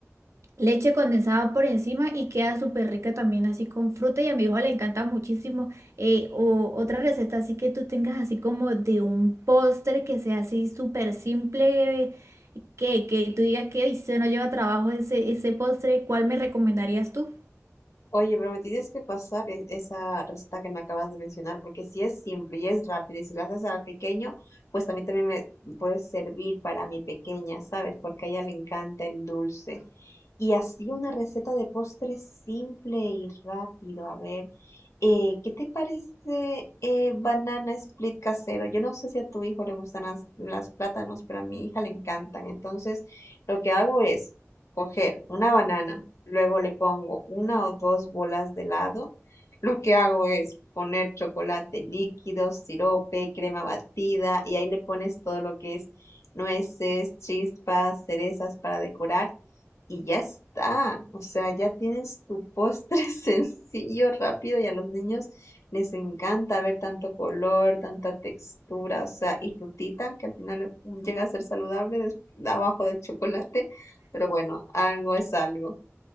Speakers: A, on the right (about 70°); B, on the left (about 70°).
A: leche condensada por encima y queda súper rica también así con fruta y a mi hijo le encanta muchísimo. Eh, o otra receta así que tú tengas así como de un postre que sea así súper simple, eh, que, que tú digas que "Ay, se no lleva trabajo ese, ese postre, ¿cuál me recomendarías tú?
B: Oye, pero me tienes que pasar e- esa receta que me acabas de mencionar, porque si es simple y es rápido y si la haces al pequeño, pues a mí también me puede servir para mi pequeña, ¿sabes? Porque a ella le encanta el dulce. Y así una receta de postre simple y rápido. A ver, eh, ¿qué te parece eh, banana split casero? Yo no sé si a tu hijo le gustan las, las plátanos, pero a mi hija le encantan. Entonces, lo que hago es coger una banana, luego le pongo una o dos bolas de helado. Lo que hago es poner chocolate líquido, sirope, crema batida y ahí le pones todo lo que es nueces, chispas, cerezas para decorar y ya está. O sea, ya tienes tu postre <laughs> sencillo, rápido y a los niños les encanta ver tanto color, tanta textura, o sea, y frutita, que al final llega a ser saludable des- abajo del chocolate, pero bueno, algo es algo.